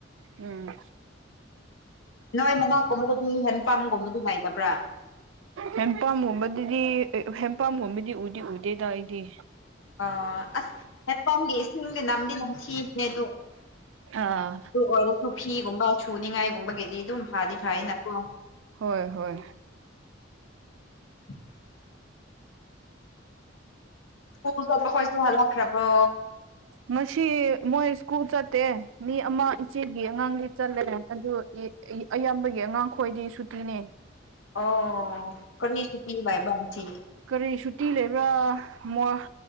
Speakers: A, on the right (about 80°); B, on the left (about 85°).
A: ꯎꯝ
B: ꯅꯣꯏ ꯃꯅꯥꯛꯀꯨꯝꯕꯗꯗꯤ ꯍꯦꯟ ꯄꯝꯒꯨꯝꯕꯗꯤ ꯂꯩꯥꯇꯕ꯭ꯔꯥ
A: ꯍꯦꯟꯄꯥꯝꯒꯨꯝꯕꯗꯨꯗꯤ ꯍꯦꯟꯄꯥꯝꯒꯨꯝꯕꯗꯤ ꯎꯗꯤ ꯎꯗꯦꯗꯏꯗꯤ
B: ꯑ ꯑꯁ ꯍꯐꯝꯣꯝꯒꯤ ꯏꯁꯤꯡꯗꯤ ꯅꯝꯗꯤ ꯅꯝꯊꯤꯕꯅꯦ ꯑꯗ ꯑꯗꯨ
A: ꯑꯥ
B: ꯑꯣꯏꯔꯁꯨ ꯐꯤꯒꯨꯝꯕ ꯁꯨꯅꯤꯡꯉꯥꯏꯒꯨꯝꯕꯒꯤꯗꯤ ꯑꯗꯨꯝ ꯐꯥꯗꯤ ꯐꯥꯅ ꯀ
A: ꯍꯣꯏ ꯍꯣꯏ
B: <unintelligible> ꯄꯣꯜꯖꯠꯕ ꯈꯣꯏ ꯆꯣꯍꯥ ꯂꯈ꯭ꯔꯥꯕꯣ
A: ꯃꯁꯤ ꯃꯣꯏ ꯁ꯭ꯀꯨꯜ ꯆꯠꯇꯦ ꯃꯤ ꯑꯃ ꯏꯆꯦꯒꯤ ꯑꯉꯥꯡꯒꯤ ꯆꯠꯂꯦ ꯑꯗꯨ ꯑꯌꯥꯝꯕꯒꯤ ꯑꯉꯥꯡ ꯈꯣꯏꯗꯤ ꯁꯨꯇꯤꯅꯦ
B: ꯑꯣ ꯀꯔꯤ ꯆꯨꯄꯤ ꯋꯥꯏꯕ ꯊꯤ
A: ꯀꯔꯤ ꯁꯨꯇꯤ ꯂꯩꯕ꯭ꯔꯥ ꯃ